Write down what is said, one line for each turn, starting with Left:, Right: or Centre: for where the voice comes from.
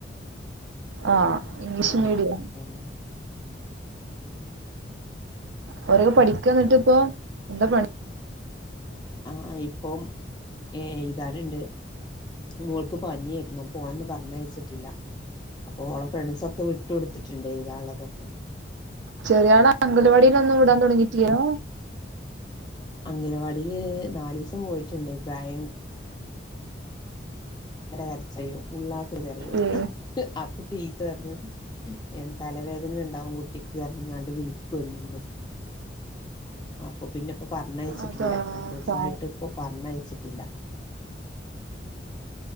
Right: ആഹ് ഇംഗ്ലീഷു
Left: ഉം
Right: മീഡിയം
Left: അങ്ങനെ
Right: അവരൊക്കെ പഠിക്ക എന്നിട്ടിപ്പ എന്താ പ
Left: ആഹ് ഇപ്പം ഏഹ് എഴുതാനുണ്ട് മോൾക് പനിയായിരുന്നു അപ്പ ഓളന്ന് പറഞ്ഞയച്ചിട്ടില്ല അപ്പൊ ഓളെ ഫ്രോൻഡ്‌സൊക്കെ വിട്ടു കൊടുത്തിട്ടുണ്ട് ഏഴുതാനൊള്ളതൊക്കെ
Right: ചെറിയാളെ അംഗല വാടിയിലൊന്നും വിടാൻ തുടങ്ങീട്ടില്യല്ലോ
Left: അംഗനവാടിയില് നാല് ദിവസം പോയിട്ടുണ്ട് ഭയങ്കര് ഭയങ്കര കരച്ചിലായില് ഉള്ളാക്ട്ട് കരയും
Right: ഏഹ്
Left: അപ്പൊ ടീച്ചറർന്ന് തലവേദന വേദന ഇണ്ടാവുന്ന പറഞു വിളിക്കൂ മെന്നും അപ്പൊ പിന്നപ്പോ പറഞ്ഞയച്ചിട്ടില്ല
Right: അതാ
Left: രണ്ടു ദിവസായിട്ടിപ്പ
Right: പാവം
Left: പറഞ്ഞയച്ചിട്ടില്ല